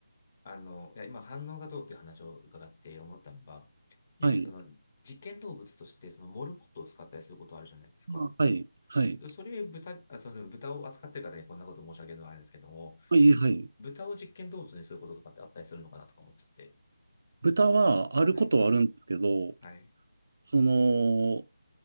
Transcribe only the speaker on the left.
あの、いや、今反応がどうっていう話を伺って思ったのが、よくその実験動物としてそのモルモットを使ったりすることあるじゃないですか。
それ豚、あ、すみません、豚を扱ってる方にこんなこと申し上げるのはあれですけども、
豚を実験動物にすることとかってあったりするのかなとか思っちゃって。
はい。はい。